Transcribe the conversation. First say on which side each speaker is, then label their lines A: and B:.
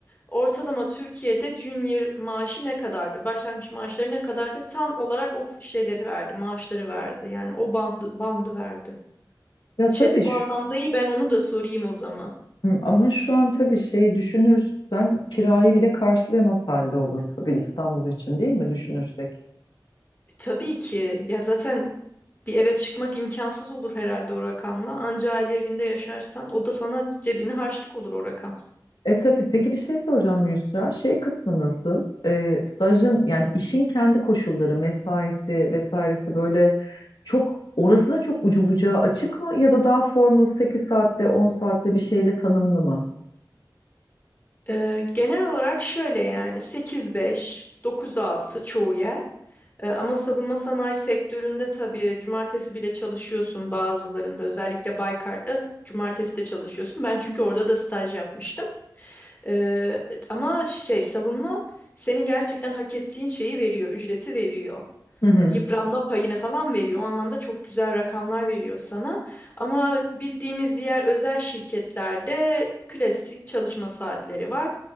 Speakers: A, on the left (about 25°); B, on the left (about 75°).
A: ortalama Türkiye'de junior maaşı ne kadardır? Başlangıç maaşları ne kadardır? Tam olarak o şeyleri verdi, maaşları verdi. Yani o bandı, bandı verdi.
B: Ya
A: Chat
B: tabii
A: bu anlamda iyi ben onu da sorayım o zaman.
B: Hı, Ama şu an tabii şey düşünürsen kirayı bile karşılayamaz halde olur tabii İstanbul için değil mi düşünürsek?
A: E, Tabii ki ya zaten Bir eve çıkmak imkansız olur herhalde o rakamla. Anca aile evinde yaşarsan o da sana cebine harçlık olur o rakam.
B: E tabii peki bir şey soracağım Yusra. Şey kısmı nasıl? E, stajın yani işin kendi koşulları, mesaisi vesairesi böyle çok orası da çok ucu bucağı açık mı ya da daha formal 8 saatte 10 saatte bir şeyle tanımlı mı?
A: Ee, genel olarak şöyle yani sekiz beş, dokuz altı çoğu yer. Ee, ama savunma sanayi sektöründe tabii cumartesi bile çalışıyorsun bazılarında. Özellikle Baykar'da cumartesi de çalışıyorsun. Ben çünkü orada da staj yapmıştım. Ee, ama şey savunma senin gerçekten hak ettiğin şeyi veriyor, ücreti veriyor.
B: Hı hı.
A: yıpranma payını falan veriyor. O anlamda çok güzel rakamlar veriyor sana. Ama bildiğimiz diğer özel şirketlerde klasik çalışma saatleri var.